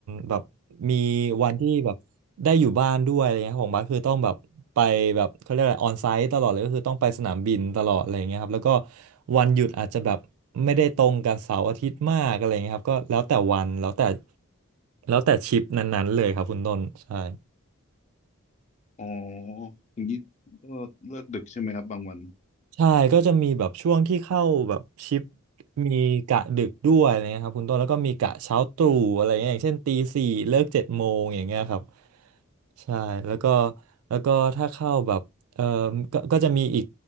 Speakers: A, on the right; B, on the left.
A: แบบมีวันที่แบบได้อยู่บ้านด้วยอะไรเงี้ยของบ้าสคือต้องแบบไปแบบเขาเรียกอะไรออนไซต์ตลอดเลยก็คือต้องไปสนามบินตลอดอะไรเงี้ยครับแล้วก็วันหยุดอาจจะแบบไม่ได้ตรงกับเสาร์อาทิตย์มากอะไรเงี้ยครับก็แล้วแต่วันแล้วแต่แล้วแต่ชิปนั้นๆเลยครับคุณต้นใช่
B: อ๋ออย่างนี้ก็เลิกดึกใช่ไหมครับบางวัน
A: ใช่ก็จะมีแบบช่วงที่เข้าแบบชิปมีกะดึกด้วยอะไรเงี้ยครับคุณต้นแล้วก็มีกะเช้าตรู่อะไรเงี้ยอย่างเช่นตีสี่เลิกเจ็ดโมงอย่างเงี้ยครับใช่แล้วก็แล้วก็ถ้าเข้าแบบเออก็ก็จะมีอีก